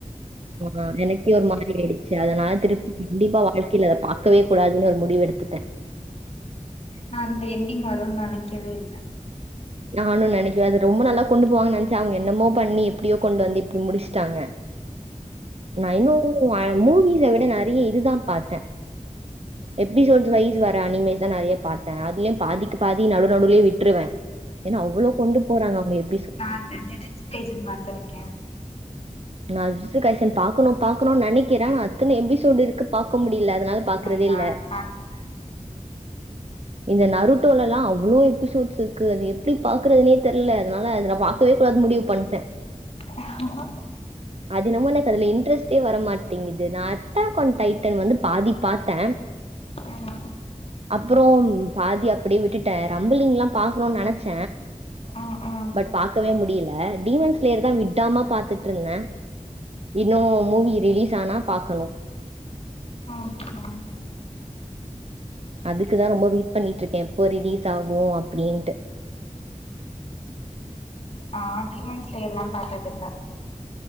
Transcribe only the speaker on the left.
நா அந்த எண்டிங் வருன் நெனைக்கவே இல்ல
<inaudible>
மம் ஹையர் எஜூகேஷன் பாத்திருக்க
ஆ நா அது பாத்துட்டே
ஆ ஆஹா
ஆமா
ம் ம்
பாக்லா
ஆ வீமன்ஸ் ஸ்டேல்லா பாத்ததுல்ல